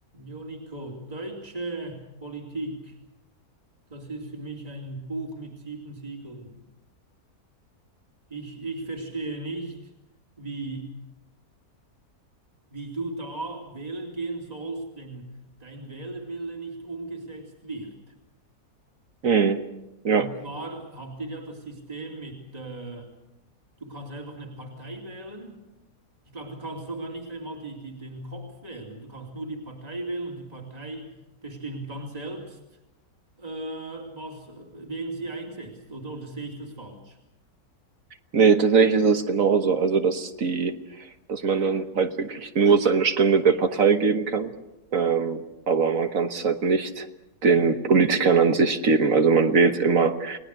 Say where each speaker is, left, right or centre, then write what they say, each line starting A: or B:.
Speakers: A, on the right; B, on the right.
A: Jo, Nico, deutsche Politik, das ist für mich ein Buch mit sieben Siegeln. Ich, ich verstehe nicht, wie, wie du da wählen gehen sollst, wenn dein Wählerwille nicht umgesetzt wird.
B: Mhm. Ja,
A: Und zwar habt ihr ja das System mit, äh, du kannst einfach eine Partei wählen. Ich glaube, du kannst sogar nicht einmal die, die, den Kopf wählen. Du kannst nur die Partei wählen und die Partei bestimmt dann selbst, äh, was, wen sie einsetzt. Oder, oder sehe ich das falsch?
B: nee, tatsächlich ist es genauso. Also, dass die, dass man dann halt wirklich nur seine Stimme der Partei geben kann. Ähm, aber man kann es halt nicht den Politikern an sich geben. Also man wählt immer